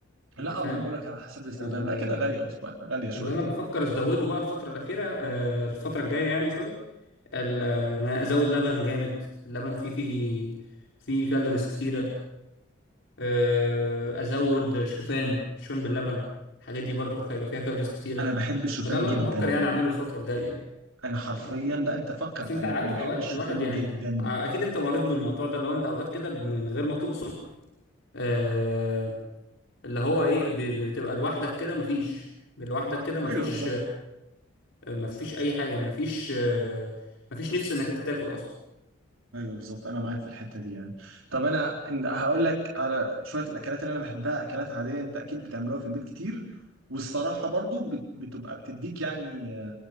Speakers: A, on the right; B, on the left.
A: لا
B: أنت فاهم؟
A: ما انا بقول لك على حسب الاستخدام
B: آه،
A: لا كده غالية اسبوع غالية شويتين
B: اللي انا بفكر ازوده بقى الفتره الاخيره آه، الفتره الجايه يعني سوري ال- آه، انا ازود لبن جامد اللبن فيه فيه فيه كالوريز كتيره آه، ازود شوفان شوفان باللبن الحاجات دي برضك هيبقى فيها كالوريز كتيره
A: انا بحب الشوفان
B: فده اللي
A: جدا
B: انا بفكر يعني اعمله الفتره الجايه يعني
A: انا حرفيا
B: يعني
A: لا انت فكر
B: بس
A: تعمل
B: انت عارف
A: انا بحب
B: اوقات
A: الشوفان
B: الواحد يعني
A: جدا
B: آه، اكيد انت مريت بالموضوع ده لو انت اوقات كده من غير ما تقصد آه، اللي هو ايه ب- بتبقى لوحدك كده مفيش لوحدك كده مفيش
A: ايوه بالظبط
B: ما فيش اي حاجه يعني ما فيش ما فيش نفس انك انت تاكل اصلا
A: ايوه بالظبط انا معاك في الحتة دي يعني طب انا إن- هقول لك على شوية الاكلات اللي انا بحبها اكلات عادية انت اكيد بتعملوها في البيت كتير والصراحة برضو بت- بتبقى بتديك يعني